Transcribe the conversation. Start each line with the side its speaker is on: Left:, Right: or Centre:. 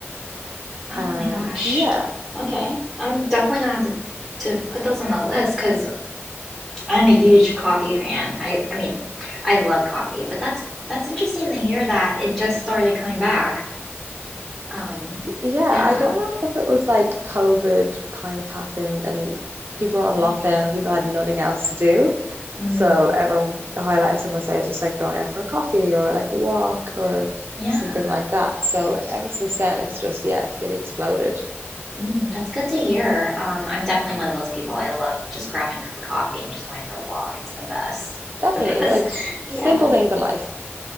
Centre: Oh
Right: And
Centre: my gosh.
Right: yeah,
Centre: Okay. I'm definitely gonna have to to put those on the list because I'm a huge coffee fan. I I mean, I love coffee, but that's that's interesting to hear that it just started coming back. Um,
Right: yeah,
Centre: yeah,
Right: I don't know if it was like COVID kind of happened and people were on
Centre: maybe.
Right: lockdown and people had nothing else to do.
Centre: Mm,
Right: So everyone, the highlight of someone's day was just like going out for a coffee or like a walk or
Centre: yeah.
Right: something like that. So ever since then, it's just, yeah, it's really exploded.
Centre: Mm, that's good to hear. Um, I'm definitely one of those people. I love just grabbing a cup of coffee and just going for a walk. It's the best.
Right: Definitely,
Centre: It's the best.
Right: it's like s
Centre: <laughs> Yeah.
Right: simple things in life